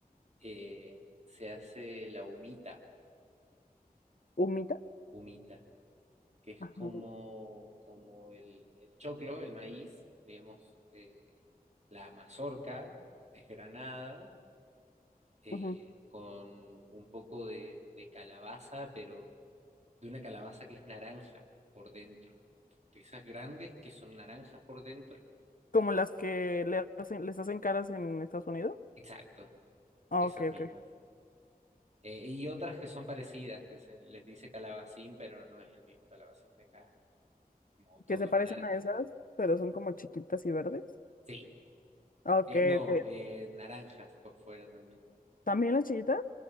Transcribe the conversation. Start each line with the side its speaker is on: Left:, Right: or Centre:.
Right: eh, se hace la humita,
Left: humita.
Right: humita, que es
Left: Ajá.
Right: como, como el, el choclo, el maíz, digamos, eh, la mazorca desgranada, eh,
Left: ujú.
Right: con un poco de, de calabaza, pero de una calabaza que es naranja por dentro, de esas grandes que son naranjas por dentro,
Left: Como las que le hacen, les hacen caras en Estados Unidos.
Right: exacto,
Left: Ah,
Right: esas
Left: ok,
Right: mismas.
Left: ok.
Right: Eh, y otras que son parecidas, que se les dice calabacín, pero no es el mismo calabacín de acá, como todo
Left: Que se parecen
Right: nar
Left: a esas, pero son como chiquitas y verdes.
Right: sí,
Left: Ah, Ok,
Right: Eh, no,
Left: ok.
Right: eh, naranjas por fuera también.
Left: ¿También las chiquitas?